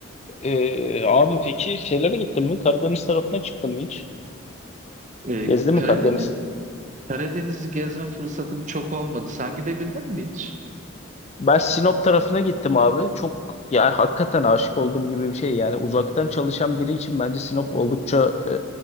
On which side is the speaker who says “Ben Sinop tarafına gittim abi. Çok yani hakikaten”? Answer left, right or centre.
Left